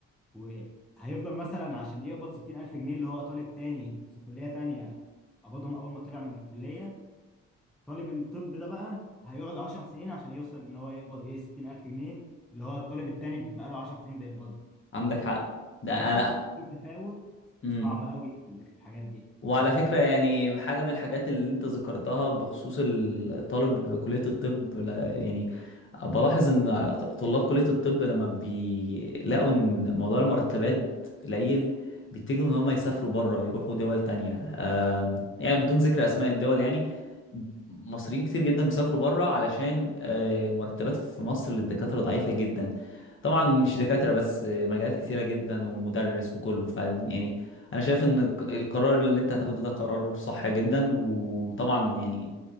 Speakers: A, in the centre; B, on the left.
A: وهيفضل مثلا عشان يقبض 60000 جنيه اللي هو طالب تاني في كليه تانيه قبضهم اول ما طلع من الكليه طالب الطب ده بقى هيقعد 10 سنين عشان يوصل ان هو يقبض ايه 60000 جنيه اللي هو الطالب التاني بقى له 10 سنين بيقبضها
B: عندك حق ده
A: حاسس
B: انا
A: في تفاوت
B: امم.
A: صعب قوي في ال- في الحاجات دي
B: وعلى
A: انت
B: فكرة
A: شايف
B: يعني حاجة من الحاجات اللي انت ذكرتها بخصوص الطالب كلية الطب لا- يعني بلاحظ ان طلاب كلية الطب لما بيلاقوا ان موضوع المرتبات قليل بيتجهوا ان هم يسافروا بره يروحوا دول تانية آم، يعني بدون ذكر اسماء الدول يعني مصريين كتير جدا بيسافروا بره علشان آه، مرتبات في مصر للدكاترة ضعيفة جدا طبعا مش دكاترة بس آه، مجالات كتيرة جدا ومدرس وكله ف يعني انا شايف ان الق- القرار اللي انت هتاخده ده قرار صح جدا وطبعا يعني